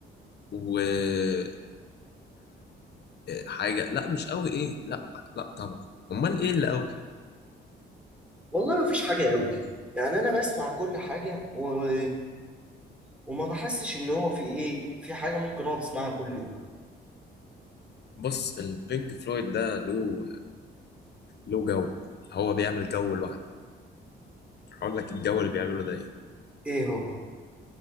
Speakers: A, on the left (about 55°); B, in the centre.
A: ويعني حاجه لا مش قوي ايه لا لا طبعا امال ايه اللي قوي
B: والله ما فيش حاجة قوي يعني أنا بسمع كل حاجة و... وما بحسش إن هو في إيه في حاجة ممكن أقعد أسمعها كل يوم
A: بص البينك فلويد ده له له جو هو بيعمل جو لوحده هقول لك الجو اللي بيعمله ده ايه
B: إيه هو